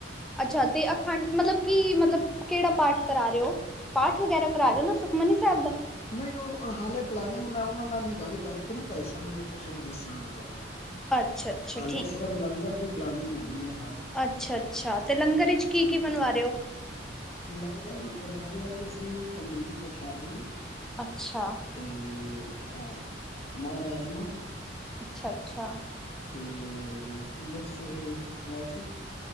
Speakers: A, in the centre; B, on the left (about 35°).
A: ਅੱਛਾ ਤੇ ਅਖੰਡ ਮਤਲਬ ਕੀ ਮਤਲਬ ਕਿਹੜਾ ਪਾਠ ਕਰਾ ਰਹੇ ਹੋ ਪਾਠ ਵਗੈਰਾ ਕਰਾ ਰਹੇ ਹੋ ਨਾ ਸੁਖਮਨੀ ਸਾਹਿਬ ਦਾ
B: ਨਹੀਂ ਉਹ ਹਾਲੇ ਪਲੈਨਿੰਗ ਮੈਂ ਉਹਨਾਂ ਨਾਲ ਹੀ ਗੱਲ ਕਰਕੇ ਨਾ ਬਾਈ ਸਾਹਿਬ ਨਾਲ ਤੇ ਫਿਰ ਦੱਸਾਂਗਾ ਤੁਹਾਨੂੰ
A: ਅੱਛਾ ਅੱਛਾ
B: ਹਾਲੇ ਸਿਰਫ਼ ਲੰਗਰ ਦੀ ਪਲੈਨਿੰਗ ਹੋਈ ਆ
A: ਅੱਛਾ, ਅੱਛਾ ਤੇ ਲੰਗਰ ਵਿਚ ਕੀ- ਕੀ ਬਣਵਾ ਰਹੇ ਹੋ।
B: ਲੰਗਰ ਵਿੱਚ ਬਣਾ ਰਹੇ ਅੱਜ ਅਸੀਂ ਤੰਦੂਰੀ ਪ੍ਰਸ਼ਾਦੇ
A: ਅੱਛਾ।
B: ਤੇ ਹਾਂ ਮਾਂਹ ਰਾਜਮਾ
A: ਅੱਛਾ- ਅੱਛਾ।
B: ਤੇ ਮਿਕਸ ਮੈਜਿਕ